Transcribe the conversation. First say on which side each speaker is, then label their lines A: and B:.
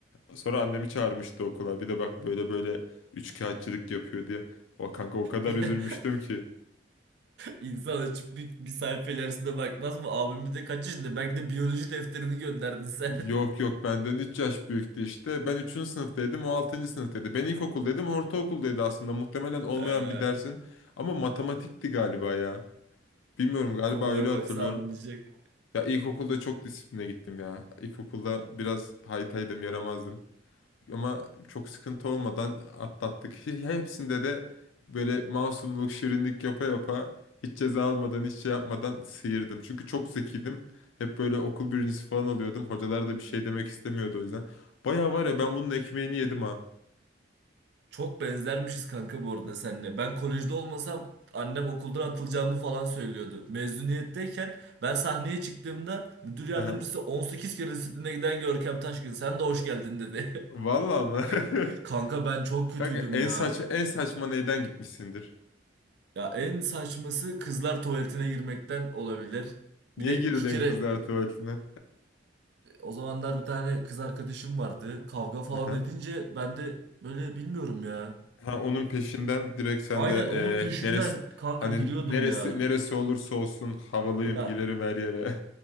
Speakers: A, on the left (about 80°); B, on the right (about 60°).
A: Sonra annemi çağırmıştı okula. Bir de bak böyle böyle üçkağıtçılık yapıyor diye. O kanka o kadar
B: <laughs>
A: üzülmüştüm ki.
B: İnsan açıp bir, bir sayfa ilerisine bakmaz mı? Abim bir de kaç yaşında? Belki de biyoloji defterini gönderdin sen.
A: Yok
B: <laughs>
A: yok benden 3 yaş büyüktü işte. Ben üçüncü sınıftaydım o altıncı sınıftaydı. Ben ilkokuldaydım o ortaokuldaydı aslında. Muhtemelen olmayan
B: Ee,
A: bir dersin. Ama matematikti galiba ya. Bilmiyorum galiba
B: konuya
A: öyle hatırlıyorum.
B: baksa anlayacak.
A: Ya ilkokulda çok disipline gittim ya. İlkokulda biraz haytaydım, yaramazdım. Ama çok sıkıntı olmadan atlattık. Ya ya hepsinde de böyle masumluk, şirinlik yapa yapa hiç ceza almadan, hiç şey yapmadan sıyırdım. Çünkü çok zekiydim. Hep böyle okul birincisi falan oluyordum. Hocalar da bir şey demek istemiyordu o yüzden. Baya var ya ben bunun ekmeğini yedim ha.
B: Çok benzermişiz kanka bu arada
A: Çok-
B: seninle. Ben kolejde olmasam annem okuldan atılacağımı falan söylüyordu. Mezuniyetteyken ben sahneye çıktığımda müdür yardımcısı
A: Aha.
B: 18 kere disipline giden Görkem Taşkın sen de hoş geldin dedi.
A: Vallahi mı?
B: <laughs>
A: <laughs>
B: Kanka ben çok kötüydüm
A: Kanka en
B: ya.
A: saç en saçma neyden gitmişsindir?
B: Ya en saçması kızlar tuvaletine girmekten olabilir.
A: Niye
B: Bir de
A: girdin
B: iki kere
A: kızlar tuvaletine?
B: o zamanlar bir tane kız arkadaşım vardı. Kavga falan
A: Aha.
B: edince ben de böyle bilmiyorum ya.
A: Ha, onun peşinden direkt sen
B: Aynen
A: de
B: onun
A: eee,
B: peşinden
A: neresi
B: kanka
A: hani
B: giriyordum
A: neresi
B: ya.
A: neresi olursa olsun havalıyım
B: Ya
A: girerim her yere.